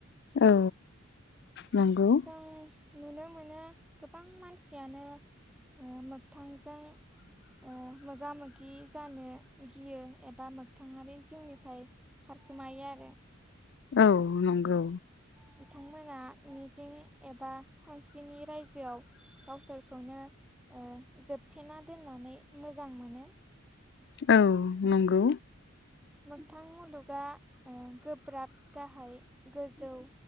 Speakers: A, on the left; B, in the centre.
A: औ नंगौ
B: जों नुनो मोनो गोबां मानसियानो ओ मोग थांजों ओ मोगा मोगि जानो गियो एबा मोगथाङारि जिउनिफ्राय खारखोमायो आरो
A: औ नंगौ।
B: बिथांमोना मिजिं एबा सानस्रिनि रायजोआव गावसोरखौनो ओ जोबथेना दोननानै मोजां मोनो
A: औ नंगौ।
B: मोगथां मुलुगा ओ गोब्राब गाहाय गोजौ